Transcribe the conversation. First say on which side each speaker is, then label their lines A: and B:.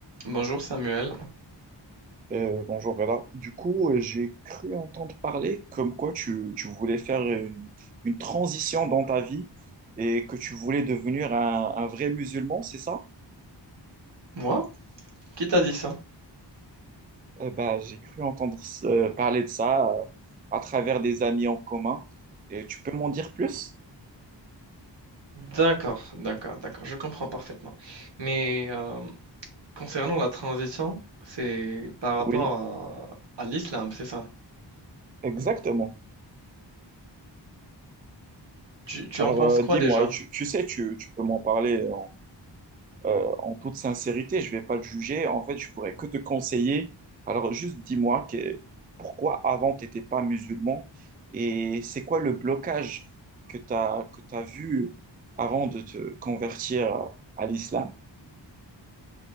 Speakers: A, on the right; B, on the right.
A: Bonjour Samuel.
B: Euh, bonjour Reda. Du coup, euh, j'ai cru entendre parler comme quoi tu, tu voulais faire une, une transition dans ta vie et que tu voulais devenir un, un vrai musulman, c'est ça?
A: Moi? Qui t'a dit ça?
B: Eh ben, j'ai cru entendre ce- parler de ça euh, à travers des amis en commun. Et tu peux m'en dire plus?
A: D'accord, d'accord, d'accord, je comprends parfaitement. Mais euh, concernant la transition, c'est par rapport
B: Oui,
A: à, à l'islam, c'est ça?
B: exactement.
A: Tu, tu
B: Alors,
A: en penses
B: euh,
A: quoi
B: dis-moi,
A: déjà?
B: tu, tu sais, tu, tu peux m'en parler. euh, en toute sincérité, je ne vais pas te juger. En fait, je pourrais que te conseiller. Alors, juste dis-moi que- pourquoi avant, tu n'étais pas musulman et c'est quoi le blocage que tu as, que tu as vu avant de te convertir à l'islam?